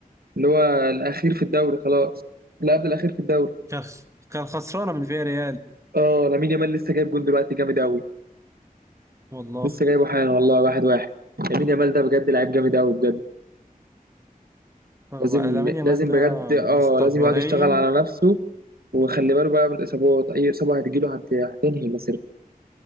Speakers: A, on the right; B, on the right.
A: اللي هو الاخير في الدوري خلاص اللي قبل الاخير في الدوري
B: كان كان خسرانة من فياريال
A: اه لامين يامال لسه جايب جون دلوقتي جامد قوي
B: والله
A: لسه جايبه حالا والله واحد واحد لامين يامال ده بجد لعيب جامد قوي بجد
B: فبقى
A: لازم
B: لامين يامال
A: لازم
B: ده
A: بجد اه
B: مستقبليا
A: لازم يقعد يشتغل على نفسه وخلي باله بقى من الاصابات اي اصابه هتجيله هت- هتنهي مسيرته